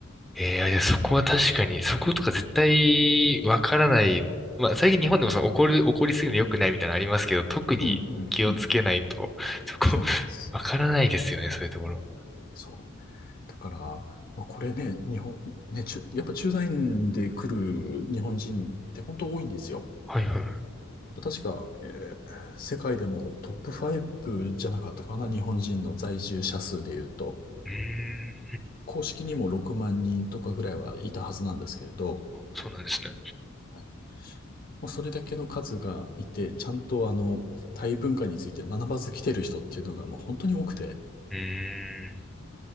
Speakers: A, in the centre; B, on the left (about 45°).
A: ええ、いやそこは確かに、そことか絶対わからない。まあ、最近日本でもその怒る、怒りすぎるの良くないみたいなのありますけど、特に気をつけないと、
B: うん、うん、うん。
A: そこ、
B: そうなんです。
A: <laughs> わからないですよね、そういうところ。
B: そう。だから、まあ、これね、日本、ね、ちゅ、やっぱ駐在員で来る日本人って本当多いんですよ。
A: はいはい。う
B: 確か、えー世界でもトップ5じゃなかったかな、日本人の在住者数で言うと、
A: ーん。うんうん
B: 公式にも6万人とかぐらいはいたはずなんですけれど、
A: あそうなんですね。
B: はいまあ、それだけの数がいて、ちゃんとあの、タイ文化について学ばず来てる人っていうのがもう本当に多くて、
A: うーん。